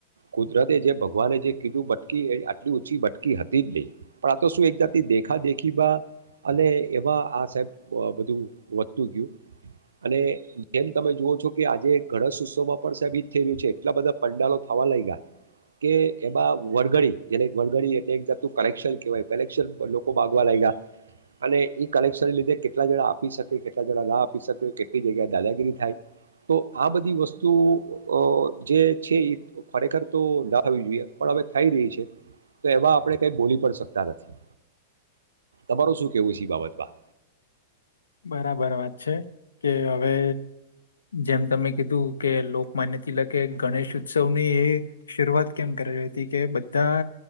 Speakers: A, on the right; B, on the left.
A: કુદરતે, જે ભગવાને, જે કીધું બટકી, એ આટલી ઊંચી બટકી હતી જ નહી. પણ, આ તો શું એક જાતની દેખા દેખીમાં અને એમાં આ સાહેબ બ બધું વધતું ગયું અને જેમ તમે જુવો છો કે આજે ગણેશ ઉત્સવમાં પણ સાહેબ એ જ થઈ રહ્યું છે એટલા બધા પંડાલો થવા લાયગા કે એમાં વરઘડી જેને વરઘડી એટલે એક જાતું કલેક્શન કહેવાય કલેક્શન લોકો પણ માગવા લાગ ગયા અને ઈ કલેક્શન લીધે કેટલા જણા આપી શકે, કેટલા જણા ના આપી શકે, કેટલી જગ્યાએ દાદાગીરી થાય, તો આ બધી વસ્તુ અ જે છે એ ખરેખર તો ના થવી જોઈએ. પણ હવે થઈ રહી છે, તો એવા આપણે કઈ બોલી પણ શકતા નથી. તમારું શું કેવું છે ઈ બાબત? વાહ!
B: બરાબર વાત છે કે હવે જેમ તમે કીધું કે લોક માન્ય તિલકે ગણેશ ઉત્સવની એ શરૂઆત કેમ કરી હતી કે બધા